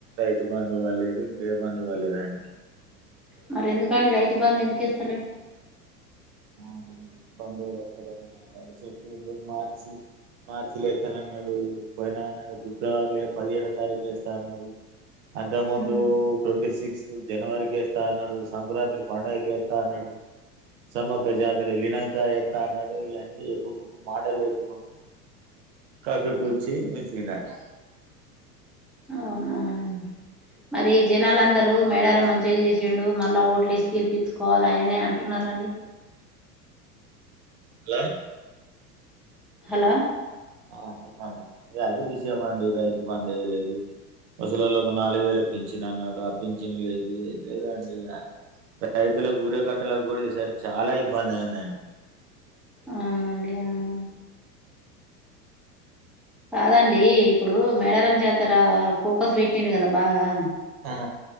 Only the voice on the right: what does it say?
తు బంధు వల్లేదు ఇంకే బంధు వల్లేదండి
మ్మ్ బాంబు ఎవరేస్తారండి అని చెప్పిండు మార్చి మార్చి లో ఎత్తానన్నాడు పోయిన అన్నాడు ఫిబ్రవరిలో పదిహేడో తారీఖు వేస్తా అన్నాడు అంతక్ ముందు
ట్వంటీ సి క్స్ జనవరికి వేస్తా అన్నాడు సంక్రాంతి పండుగకి వేత్తా అన్నాడు సమక్ జాతర వెళ్ళినంక ఎత్తా అన్నాడు ఇవన్నీ చెప్పుకుంటూ మాటలు చెప్పుకుంటూ కప్పిపుచ్చి ఉంచిండండు
లా
ఆ చెప్పండి అది విషయం అండి రైతు బంద్ ఏ లేదు వసలల్లకు ఒక నాలుగు వేల పింఛన్ అన్నాడు ఆ పింఛన్ లేదు లేదండి ఇగ రైతులకు ఊరే కట్టలకు కూడా ఈసారి చానా ఇబ్బంది అయిందండి.
ఆ